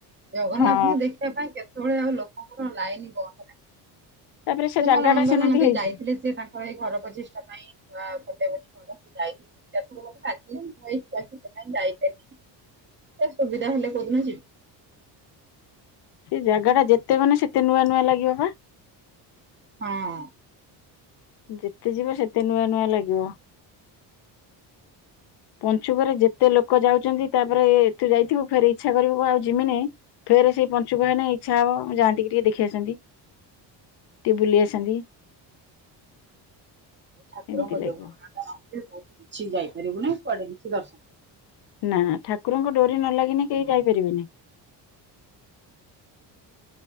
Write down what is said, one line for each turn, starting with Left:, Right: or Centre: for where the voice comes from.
Right: ଜଗନ୍ନାଥଙ୍କୁ
Left: ହଁ
Right: ଦେଖିବା ପାଇଁ କେତେ ସେତେବେଳେ ଆଉ ଲୋକଙ୍କର ଲାଇନ ବନ୍ଦ ନାହିଁ।
Left: ତାପରେ
Right: ସେ
Left: ଜାଗା
Right: ମୋ ନଣନ୍ଦ
Left: ଟା ସେମିତି
Right: ନଣନ୍ଦୀ
Left: ହେଇଛି।
Right: ଯାଇଥିଲି ସିଏ ତାଙ୍କର ଏଇ ଘର ପ୍ରତିଷ୍ଠା ପାଇଁ ଗଲେ ବୋଲି ଯାଇଥିଲ ମତେ କିଲ ମୁଁ ସେ <unintelligible> ସେ ସୁବିଧା ହେଲେ କୋଉଦିନ ଯିବି।
Left: ସେ ଜାଗା ଟା ଯେତେ ମାନେ ସେତେ ନୂଆ ନୂଆ ଲାଗିବ ପା।
Right: ହଁ।
Left: ଯେତେ ଯିବ ସେତେ ନୂଆ ନୂଆ ଲାଗିବ। ପଞ୍ଚୁକରେ ଯେତେ ଲୋକ ଯାଉଛନ୍ତି ତାପରେ ଏ ତୁ ଯାଇଥିବୁ ଫେର ଇଚ୍ଛା କରିବୁ ଆଉ ଯିମିନି ଫେର ସେଇ ପଞ୍ଚୁକ ହେନେ ଇଚ୍ଛା ହବ ମୁଁ ଯାଆନ୍ତି କିି ଟିକେ ଦେଖି ଆସନ୍ତି। ଟିକେ ବୁଲି ଆସନ୍ତି।
Right: ଠାକୁରଙ୍କ
Left: ଏମିତି ଲାଗିବ।
Right: ଜଗନ୍ନାଥ ମନ୍ଦିର କୋଉଠି କିଛି ଯାଇପାରିବୁନି କୁଆଡେ କିଛି ଦର୍ଶନ କରିବୁ
Left: ନା ଠାକୁରଙ୍କ ଡୋରି ନ ଲାଗିନି କେହି ଯାଇପାରିବେନି।